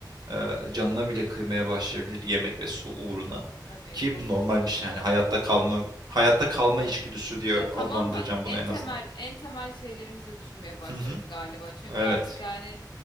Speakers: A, on the right; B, on the left.
A: e, canına bile kıymaya başlayabilir yemek ve su uğruna.
B: Tabii
A: Ki
B: korkunç
A: bu normal
B: bir durum
A: bir şey
B: olur.
A: yani hayatta kalma hayatta kalma içgüdüsü diye
B: Ya
A: adlandıracağım
B: tamamen en
A: bunu en
B: temel
A: azından.
B: en temel şeylerimizi düşünmeye başlarız
A: Hı hı.
B: galiba. Çünkü
A: Evet.
B: artık yani